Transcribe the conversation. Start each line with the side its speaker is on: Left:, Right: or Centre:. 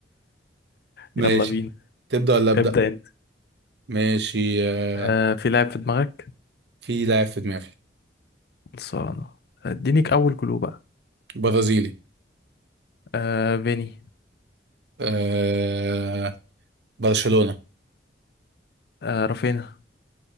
Right: ماشي
Left: يلا بينا
Right: تبدأ ولا أبدأ؟
Left: ابدأ انت
Right: ماشي آه،
Left: آه في لاعب في دماغك
Right: في لاعب في دماغي
Left: خلصانة ادينيك اول كلو بقى
Right: برازيلي
Left: آه فيني
Right: آه برشلونة
Left: آه رافينا